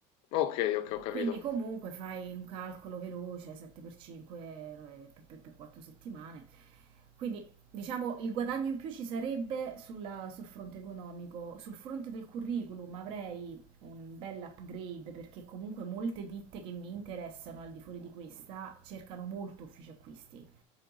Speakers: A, on the left; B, on the right.
A: Ok, ok, ho
B: Quindi
A: capito.
B: comunque fai un calcolo veloce, 7 per 5 per 4 settimane. Quindi diciamo il guadagno in più ci sarebbe sulla- sul fronte economico, sul fronte del curriculum avrei un bel upgrade perché comunque molte ditte che mi interessano al di fuori di questa cercano molto uffici acquisti.